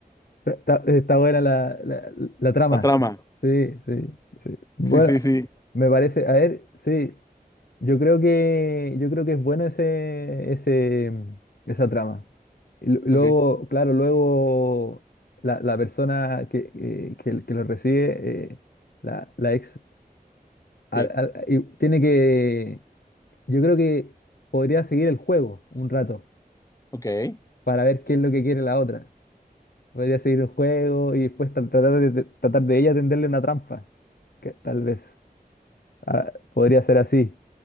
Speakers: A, on the left (about 75°); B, on the left (about 20°).
A: está, está- está buena la, la, la trama.
B: La trama.
A: Sí, sí, sí. Bueno,
B: Sí, sí, sí.
A: me parece, a ver, sí. Yo creo que, yo creo que es bueno ese, ese, mm, esa trama. Y lu- luego,
B: Ok,
A: claro, luego la, la persona que, eh, que, que lo recibe, eh, la, la ex, al-
B: sí.
A: al- y tiene que, yo creo que podría seguir el juego un rato
B: Ok.
A: para ver qué es lo que quiere la otra. Podría seguir el juego y después tra- tratar de, de- tratar de ella tenderle una trampa, que tal vez. Ah, podría ser así.